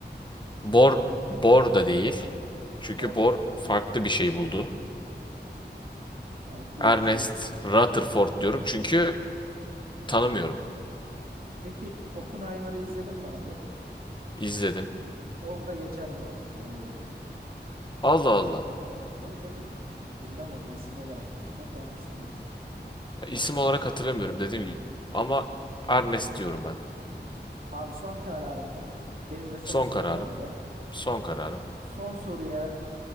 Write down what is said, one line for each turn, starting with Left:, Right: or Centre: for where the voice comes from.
Left: Bor, Bor da değil. Çünkü
Right: Bohr
Left: Bor
Right: da değil yani.
Left: farklı bir şey buldu.
Right: Farklı
Left: Ernest
Right: bir şey buldu.
Left: Rutherford diyorum çünkü tanımıyorum.
Right: Peki Oppenheimer'ı izledin mi abi?
Left: İzledim.
Right: Orada geçer bu adam ben öyle diyeyim.
Left: Allah Allah.
Right: Hı, Tabii tabii. Bilmem ama isim olarak mı geçer kendisi mi geçer?
Left: İsim olarak hatırlamıyorum dediğim gibi. Ama Ernest diyorum ben.
Right: Abi son kararım mı? Benim de son
Left: Son
Right: sorum
Left: kararım.
Right: bu arada.
Left: Son kararım.
Right: Son soruya